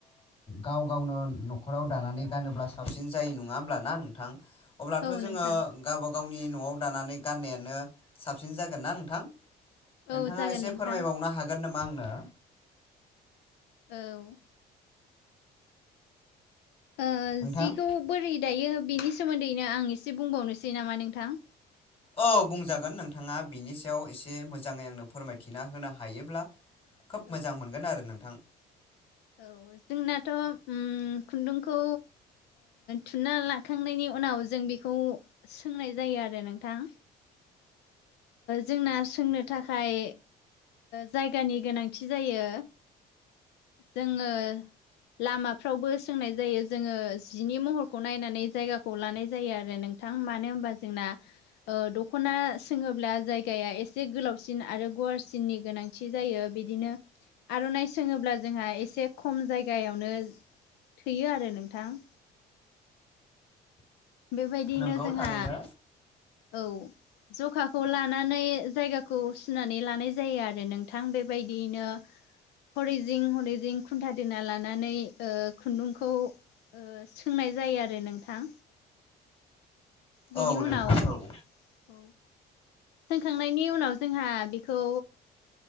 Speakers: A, on the left; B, on the left.
A: गाव गावनो नखर नखराव दानानै गानोब्ला साबसिन जायो नङा होमब्लाना नोंथां अब्लाथ'
B: औ
A: जोङो
B: नोंथां
A: गावब गावनि न'आव दानानै गाननायानो साबसिन जागोन ना नोंथां
B: औ
A: नोंथाङा
B: जागोन
A: एसे
B: नोंथां
A: फोरमायबावनो हागोन नामा आंनो
B: औ। ओ
A: नोंथां
B: जिखौ बोरै दायो बिनि सोमोन्दैनो आं एसे बुंबावनोसै नामा नोंथां।
A: औ बुंजागोन नोंथाङा बिनि सायाव एसे मोजाङै आंनो फोरमायथिना होनो हायोब्ला खोब
B: औ
A: मोजां मोनगोन आरो नोंथां।
B: औ जोंनाथ' खुन्दुंखौ थुनना लाखांनायनि उनाव जों बेखौ सोंनाय जायो आरो नोंथां जोंना सोंनो थाखाय जायगानि गोनांथि जायो। जोङो लामाफ्रावबो सोंनाय जायो जोङो जिनि महर नायनानै जायगाखौ लानाय जायो आरो नोंथां मानो होनबा जोंना दखना सोङोब्ला जायगाया एसे गोलावसिन आरो गुवारसिननि गोनांथि जायो बिदिनो आर'नाइ सोङोब्ला जोंहा एसे खम जायगायावनो थैयो आरो नोंथां बेबायदिनो
A: नंगौ
B: जोंहा
A: थारैनो
B: औ जखाखौ लानानै जायगा खौ सुनानै लानाय जायो आरो नोंथां बेबायदियैनो हरै जिं हरै जिं खुन्था दोना लानानै खुन्दुंखौ सोंनाय जायो आरो नोंथां बेनि
A: औ
B: उनाव
A: नोंथां औ
B: औ सोंखांनायनि उनाव जोंहा बेखौ